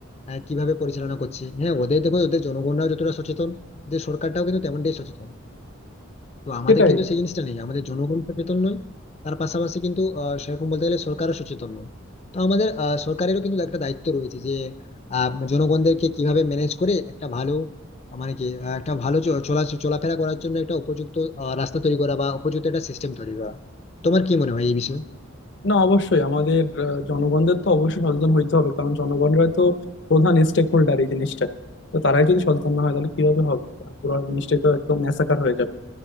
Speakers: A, on the left; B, on the left.
A: আহ, কিভাবে পরিচালনা করছে হ্যাঁ ওদের দেখো ওদের জনগণরাও যতটা সচেতন ওদের সরকারটাও কিন্তু তেমনটাই সচেতন তো আমাদের
B: সেটাই
A: কিন্তু সেই জিনিসটা নেই আমাদের জনগণ সচেতন নয় তার পাশাপাশি কিন্তু আহ, সেরকম বলতে গেলে সরকারও সচেতন নয় তো আমাদের আহ, সরকারেরও কিন্তু একটা দায়িত্ব রয়েছে যে আহ, জনগণদেরকে কিভাবে ম্যানেজ করে একটা ভালো আহ, মানে কি আহ, একটা ভালো চ- চলা চলাফেরা করার জন্য একটা উপযুক্ত আহ, রাস্তা তৈরি করা বা উপযুক্ত একটা সিস্টেম তৈরি করা তোমার কি মনে হয় এই বিষয়ে
B: না অবশ্যই আমাদের আহ, জনগণদের তো অবশ্যই সচেতন হইতে হবে কারণ জনগণরাই তো প্রধান স্টেক হোল্ডার এই জিনিসটা তো তারাই যদি সচেতন না হয় তাহলে কিভাবে হবে পুরো জিনিসটাই তো একদম ম্যাসাকার হয়ে যাবে